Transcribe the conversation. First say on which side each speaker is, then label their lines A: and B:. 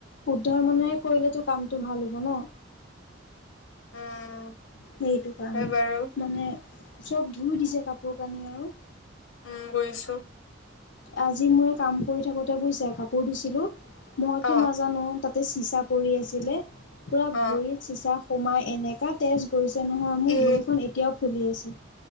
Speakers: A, on the left (about 60°); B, on the left (about 85°).
A: শুদ্ধ মনেৰে কৰিলেতো কামটো ভাল হ'ব ন
B: উম
A: সেইটো কাৰণে
B: হয় বাৰু
A: মানে চব ধুই দিছে কাপোৰ কানি আৰু।
B: উম গৈিছো
A: আজি মই কাম কৰি থাকোঁতে বুজিছে কাপোৰ ধছিলো মইতো
B: অ
A: নাজানো তাতে চিচা পৰি আছিলে পুৰা
B: অ
A: ভৰিত চিচা সোমাই এনেকা তেজ গৈছিল। নহয় মোৰ
B: এ
A: ঘড়ীখন এতিয়াও ফুলি আছে